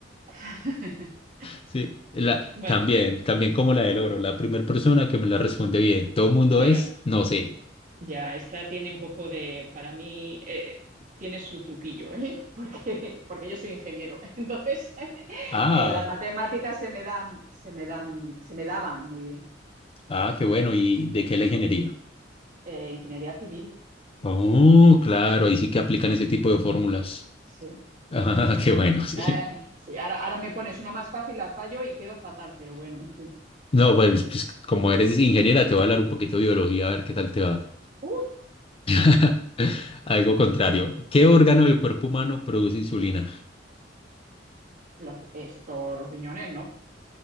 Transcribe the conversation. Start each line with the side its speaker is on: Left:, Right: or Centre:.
Right: <laughs>
Left: Sí, la,
Right: Bueno,
Left: también, también como la del oro, la primera persona que me la responde bien. Todo el mundo
Right: bueno,
Left: es, no sé.
Right: ya, esta tiene un poco de, para mí, eh, tiene su truquillo, ¿eh? <laughs> porque, porque yo soy ingeniero. Entonces, <laughs>
Left: Ah,
Right: eh, las matemáticas se me dan, se me dan, se me daban muy bien.
Left: ah, qué bueno. ¿Y de qué la ingeniería?
Right: Eh, ingeniería civil,
Left: Oh, claro, ahí sí que aplican ese tipo de fórmulas. <laughs>
Right: sí.
Left: Ah, qué bueno, <laughs> sí.
Right: Eh, sí, ahora, ahora me pones una más fácil, la fallo y quedo fatal, pero bueno, en fin.
Left: No, pues, pues como eres ingeniera, te voy a hablar un poquito de biología, a ver qué tal te va.
Right: Uy,
Left: <laughs> Algo contrario. ¿Qué órgano del cuerpo humano produce insulina?
Right: los, esto, los riñones, ¿no?